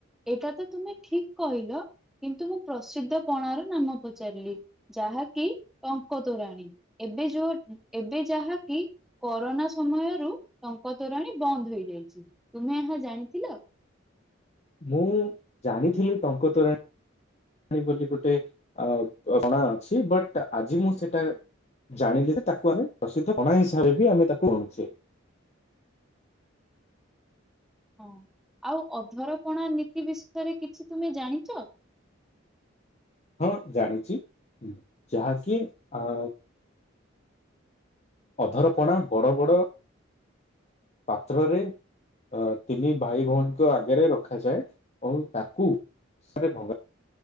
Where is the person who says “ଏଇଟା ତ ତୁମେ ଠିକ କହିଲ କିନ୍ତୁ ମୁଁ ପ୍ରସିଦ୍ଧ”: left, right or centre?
Centre